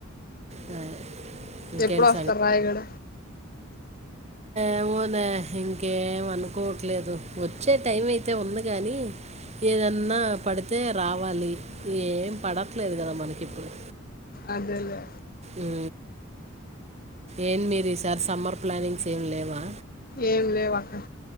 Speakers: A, on the right; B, on the left.
A: ఆ ఇంకేంటి
B: ఎప్పుడు వస్తారు రాయగడ
A: ఎమ్ <unintelligible> ఇంకేం అనుకోవట్లేదు వచ్చే టైం అయితే ఉంది గాని ఏదన్నా పడితే రావాలి ఏం పడట్లేదు కదా మనకి ఇప్పుడు
B: అదేలె
A: ఊ ఏం మీరు ఈ సారి సమ్మర్ ప్లానింగ్స్ ఏమ్ లేవా
B: ఏం లేవ్ అక్క